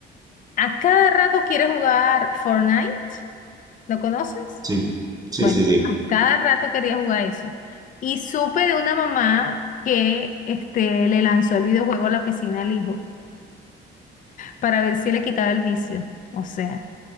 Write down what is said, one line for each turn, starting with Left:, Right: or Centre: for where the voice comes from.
Left: a cada rato quiere jugar Fortnite. ¿Lo conoces?
Right: Sí, sí,
Left: Bueno,
Right: sí, sí.
Left: a cada rato quería jugar eso. Y supe de una mamá que este, le lanzó el videojuego a la piscina al hijo para ver si le quitaba el vicio. O sea,